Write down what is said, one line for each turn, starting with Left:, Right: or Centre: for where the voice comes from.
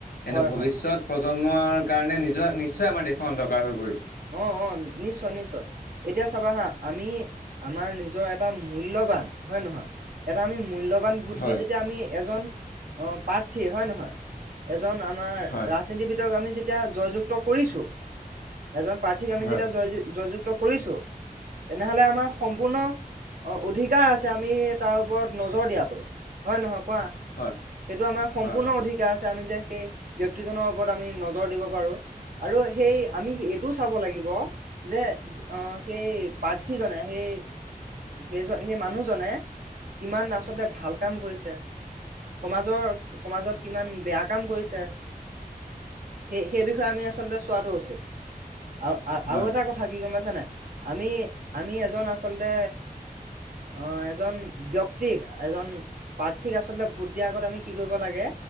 Left: তেন্ত
Right: হয়
Left: ভৱিষ্যয়ত
Right: হয় হয়
Left: প্ৰজন্মৰ কাৰণে নিজৰ নিশ্চয় আমাৰ দেশৰ অন্ধকাৰ হৈ পৰিব।
Right: অ অ নিশ্চয় নিশ্চয় এতিয়া চাবা হা আমি আমাৰ নিজৰ এটা মূল্যৱান হয় নহয় এটা আমি মূল্যৱান। ভোট
Left: হয়,
Right: দি যেতিয়া আমি এজন অ পাৰ্থী হয়, নহয় আমাৰ
Left: হয়,
Right: ৰাজনীতিবিদক আমি এতিয়া জয়যুক্ত কৰিছো এজন প্ৰাৰ্থীক আমি
Left: হয়,
Right: যেতিয়া জয়-জোগ কৰিছো, তেনেহলে আমাৰ সম্পূৰ্ণ অধিকাৰ আছে আমি তাৰ ওপৰত নজৰ দিয়াটো হয়ে নহয় কোৱা,
Left: হয়,
Right: সেইটো আমাৰ সম্পূৰ্ণ
Left: হয়, হয়,
Right: অধিকাৰ আছে আমি যে সেই ব্ক্তিজনৰ ওপৰত আমি নজৰ দিব পাৰো আৰু সেই আমি এইটো চাব লাগিব যে অ সেই প্ৰাৰ্থীজনে সেই-সেই-সেই মানুহজনে কিমান আচলতে ভাল কাম কৰিছে, সমাজৰ-সমাজত কিমান বেয়া কাম কৰিছে, সেই-সেই বিষয়ে আমি আচলতে চোৱাটো উচিত। আৰু-আৰু
Left: হয়।
Right: এটা কথা কি গম পাইছানে নাই আমি-আমি এজন আচল্ততে, আহ এজন ব্ক্তিক এজন প্ৰাৰ্থীক আচল্ততে ভোট দিয়া। আগত আমি কি কৰিব লাগে,